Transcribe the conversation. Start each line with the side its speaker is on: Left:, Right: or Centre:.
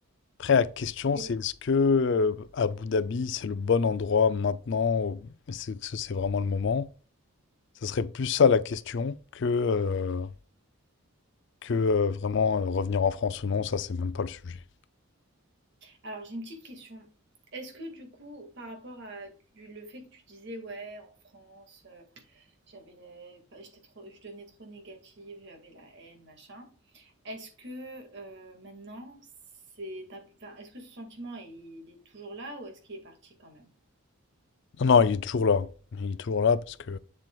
Left: Après, la question,
Right: Et-
Left: c'est est-ce que euh, Abu Dhabi, c'est le bon endroit maintenant? ou Est-ce que c'est vraiment le moment? Ça serait plus ça la question que, euh, que euh, vraiment euh, revenir en France ou non. Ça, c'est même pas le sujet.
Right: Alors, j'ai une petite question. Est-ce que du coup, par rapport à tu- le fait que tu disais, ouais, en France, euh, j'avais les- pas- j'étais trop, je devenais trop négative, j'avais la haine, machin. Est-ce que euh, maintenant, c'est, t'as- enfin, est-ce que ce sentiment, il est toujours là ou est-ce qu'il est parti quand même?
Left: Non, non, il est toujours là. Il est toujours là parce que